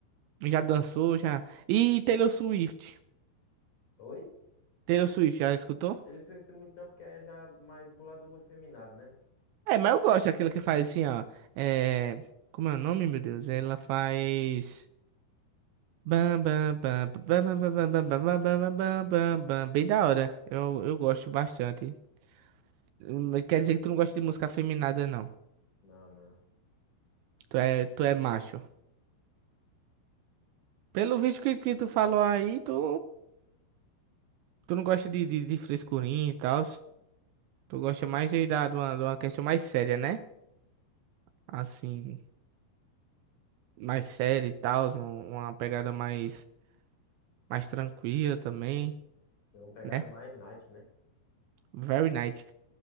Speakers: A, on the right; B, on the left.
A: Já dançou, já. E Taylor Swift.
B: Oi?
A: Taylor Swift, já escutou?
B: Taylor Swift muito não, porque aí já é mais do lado efeminado, né?
A: É, mas eu gosto daquela que faz assim, ó. É... Como é o nome, meu Deus? Ela faz. Bam, bam, bam, bam, bam, bam, bam, bam, bam, bam, bam, bam, bam. Bem da hora. Eu, eu gosto bastante. Hum, Quer dizer que tu não gosta de música afeminada, não.
B: Não, não.
A: Tu é, tu é macho. Pelo visto que, que tu falou aí, tu. Tu não gosta de, de, de frescurinha e tal? Tu gosta mais de, da, de, uma, de uma questão mais séria, né? Assim, mais séria e tal, um- uma pegada mais, mais tranquila também,
B: Tem uma pegada
A: né?
B: mais night, né?
A: Very nice. C-